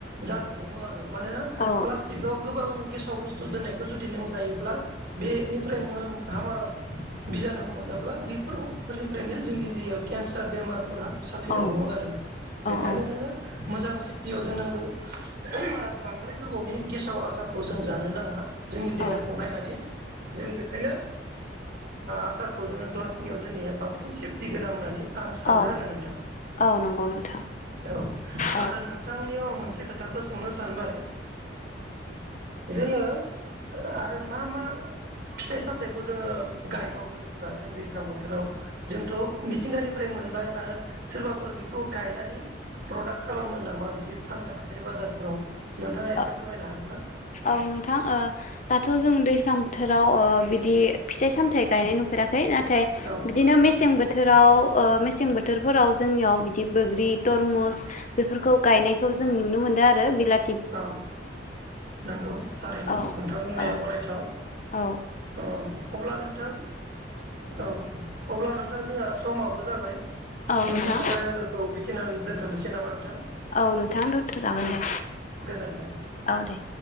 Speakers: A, on the right; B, on the left.
A: जानो हमो आरो मानोना
B: औ
A: प्लास्टिकआव गोबां गेसाव बुस्थु दोननायखौ जुदि नों जायोब्ला बेनिफ्राय नोङो हामा बिजानुखौ मोनाब्ला बेफोर फोरनिफ्रायनो जोंनि दैयाव केन्सार बेमारफोरा साफिनो
B: औ
A: हमो आरो बेखायनो
B: औ
A: जोङो मोजां सेफटियाव दोननांगौ आरो बांद्राय गोबावनि गेसाव आसारखौ जों जानो नाङा। जोंनि देहाखौ
B: औ
A: नायनानै जों बेखायनो आसारखौ जोङो ग्लासनियाव दोननाया बांसिन सेफटि गोनां होननानै आं सानो
B: औ
A: आरो नोंथां
B: औ नंगौ नोंथां
A: औ
B: औ
A: आरो नोंथांनियाव आं मोन से खोथाखौ सोंनो सानबाय जोङो ओ आरो मा मा फिथाइ सामथायाइखौ जोङो गायबावो जेनेबा जों दैज्लां बोथोराव जोंथ' मिथिंगानिफ्राय मोनबाय आरो सोरबाफोर बेखौ गायनानै प्रदाक्ट खालामो नामा बिदि फाननाय हाथाय बाजारफोराव नोंथाङा एसे
B: ओ
A: फोरमायनो हागोन ना?
B: औ नोंथां ओ दाथ' जों दैज्लां बोथोराव ओ बिदि फिथाइ सामथाइ गायनाय नुफेराखै नाथाय
A: औ
B: बिदिनो मेसें बो बोथोराव मेसें बोथोरफोराव जोंनियाव बिदि बोग्रि तरमुस बेफोरखौ गायनाय जों नुनो मोनदों आरो बिला
A: औ नंगौ थारैनो
B: औ
A: नोंथां बुंनाया
B: औ
A: गनायथाव
B: औ
A: अ अब्ला नोंथां औ अब्ला नोंथां जोंहा समाबो जाबाय
B: औ
A: जोंनि
B: नोंथां
A: सावरायनांगोखौ बेखिनियावनो दोनथ'नोसै नामा नोंथां
B: औ नोंथां जागोन दे
A: गोजोन्थों।
B: औ दे